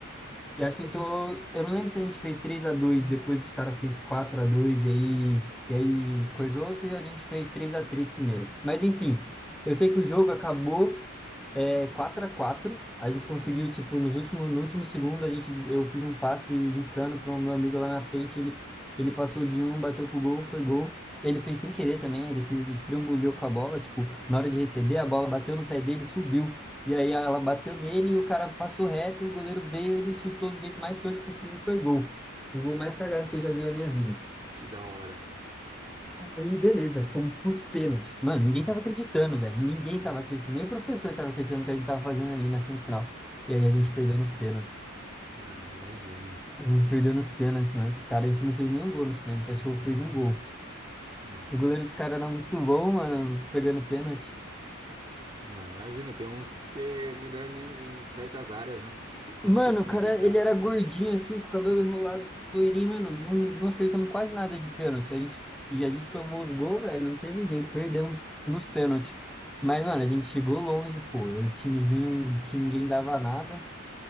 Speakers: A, in the centre; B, on the right.
A: E acho que então, eu não lembro se a gente fez três a dois depois os caras fez quatro a dois e aí, e aí coisou, ou se a gente fez três a três primeiro. Mas enfim, eu sei que o jogo acabou. É 4x4. A quatro. A gente conseguiu, tipo, nos últimos, no último segundo, a gente, eu fiz um passe insano para o meu amigo lá na frente. Ele, ele passou de um, bateu pro gol, foi gol. Ele fez sem querer também, ele se estrambulhou com a bola. Tipo, na hora de receber, a bola bateu no pé dele, subiu. E aí ela bateu nele e o cara passou reto. O goleiro veio, ele chutou do jeito mais torto possível, foi gol. O gol mais cagado que eu já vi na minha vida.
B: Que da hora, mano.
A: Aí, beleza, fomos pros pênaltis. Mano, ninguém
B: Hum.
A: tava acreditando, velho. Ninguém tava acreditando. Nem o professor tava acreditando que a gente tava fazendo ali na semifinal. E aí
B: Não,
A: a gente perdeu nos pênaltis.
B: não, imagino.
A: A gente perdeu nos pênaltis, mano. Os caras, a gente não fez nenhum gol nos pênaltis. Acho que eu fiz um gol.
B: Nossa,
A: O goleiro dos caras era muito bom, mano, pegando pênalti.
B: né, imagina, tem uns que é melhor, né, em certas áreas, né? Então
A: Mano,
B: não tem como
A: o cara,
B: evitar.
A: ele era gordinho assim, com o cabelo enrolado, loirinho, mano. Não, não acertamos quase nada de pênalti. A gente, e a gente tomou o gol, velho. Não teve jeito, perdemos nos pênaltis. Mas, mano, a gente chegou longe, pô. Era um Timezinho que ninguém dava nada.